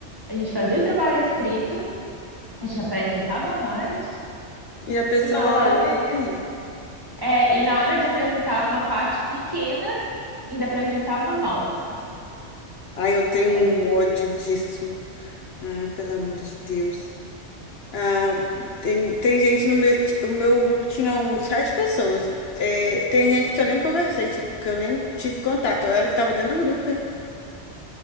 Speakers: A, on the right (about 20°); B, on the left (about 65°).
A: a gente fazia o trabalho escrito, a gente apresentava mais,
B: E a pessoa
A: e na hora,
B: lá, nem aí.
A: é, e na hora de apresentar uma parte pequena, ainda apresentava mal.
B: Ai, eu tenho um
A: Era,
B: ódio disso. Ah, pelo amor de Deus. Ah, tem, tem gente no meu. ti- O meu grupo tinha uns sete pessoas. É, tem gente que eu nem conversei, tipo, que eu nem tive contato. Eu era que tava dentro do grupo, hein?